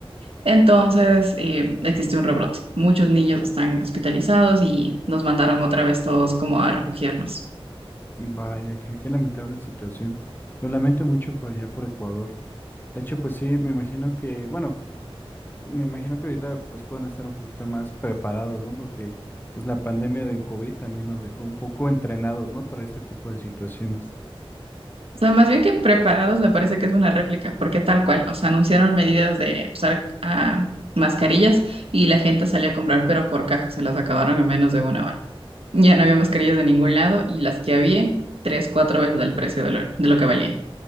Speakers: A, on the right; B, on the left.
A: Entonces, eh, existe un rebrote. Muchos niños están hospitalizados y nos mandaron otra vez todos como a refugiarnos.
B: Vaya, qué, qué lamentable situación. Lo lamento mucho por allá por Ecuador. De hecho, pues sí, me imagino que, bueno, me imagino que ahorita pues pueden estar un poquito más preparados, ¿no? Porque pues la pandemia del COVID también nos dejó un poco entrenados, ¿no? Para este tipo de situaciones.
A: O sea, más bien que preparados me parece que es una réplica, porque tal cual, o sea, anunciaron medidas de usar ah, mascarillas y la gente salía a comprar, pero por caja se las acabaron en menos de una hora. Ya no había mascarillas de ningún lado y las que había, tres, cuatro veces el precio de lo, de lo que valía.